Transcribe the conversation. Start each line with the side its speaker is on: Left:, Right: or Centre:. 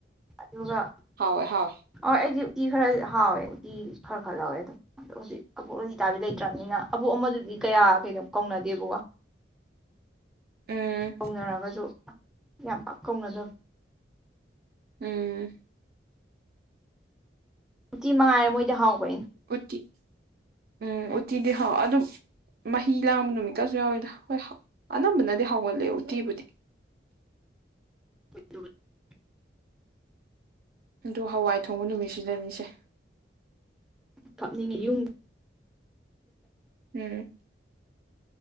Centre: ꯑꯗꯨꯒ
Right: ꯍꯥꯎꯋꯦ ꯍꯥꯎꯋꯦ
Centre: ꯍꯣꯢ ꯑꯩꯗꯤ ꯎꯇꯤ ꯈꯔ ꯍꯥꯎꯋꯦ ꯎꯇꯤ ꯈꯔ ꯈꯔꯍꯥꯎꯋꯦ ꯑꯗꯨꯝ ꯑꯗꯣ ꯍꯧꯖꯤꯛ ꯑꯕꯣꯛ ꯂꯂꯤꯇꯥꯕꯤ ꯂꯩꯇ꯭ꯔꯕꯅꯤꯅ ꯑꯕꯣꯛ ꯑꯃꯗꯨꯗꯤ ꯀꯌꯥ ꯀꯧꯅꯗꯦꯕꯀꯣ
Right: ꯎꯝ
Centre: ꯀꯧꯅꯔꯒꯁꯨ ꯌꯥꯝ ꯄꯥꯛ ꯀꯧꯅꯗꯕ
Right: ꯎꯝ
Centre: ꯎꯇꯤ ꯃꯉꯥꯏꯔꯦ ꯃꯣꯏꯗꯤ ꯍꯥꯎꯕ
Right: ꯎꯇꯤ ꯎꯝ ꯎꯇꯤꯗꯤ ꯍꯥꯎ ꯑꯗꯨꯝ ꯃꯍꯤ ꯂꯥꯡꯕ ꯅꯨꯃꯤꯠꯀꯁꯨ ꯌꯥꯎꯋꯤꯗ ꯍꯣꯏ ꯑꯅꯝꯕꯅꯗꯤ ꯍꯥꯎꯒꯜꯂꯦ ꯎꯇꯤꯕꯨꯗꯤ
Centre: <unintelligible>
Right: ꯑꯗꯨ ꯍꯋꯥꯏ ꯊꯣꯡꯕ ꯅꯨꯃꯤꯠꯁꯤꯗꯅꯤꯁꯦ
Centre: ꯀꯥꯞꯅꯤꯡꯉꯤ ꯌꯨꯝ
Right: ꯎꯝ